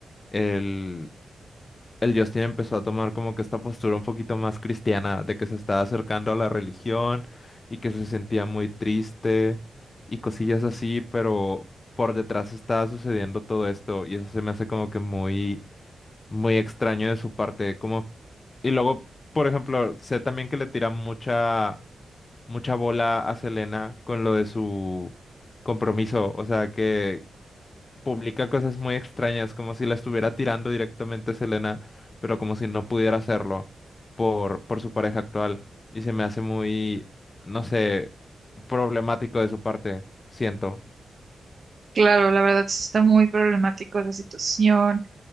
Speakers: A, on the left; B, on the right.
A: el, el Justin empezó a tomar como que esta postura un poquito más cristiana, de que se estaba acercando a la religión y que se sentía muy triste y cosillas así, pero por detrás estaba sucediendo todo esto y eso se me hace como que muy, muy extraño de su parte, como... Y luego, por ejemplo, sé también que le tira mucha mucha bola a Selena con lo de su compromiso, o sea, que publica cosas muy extrañas, como si la estuviera tirando directamente a Selena, pero como si no pudiera hacerlo por, por su pareja actual, y se me hace muy, no sé, problemático de su parte, siento.
B: Claro, la verdad sí está muy problemático esa situación.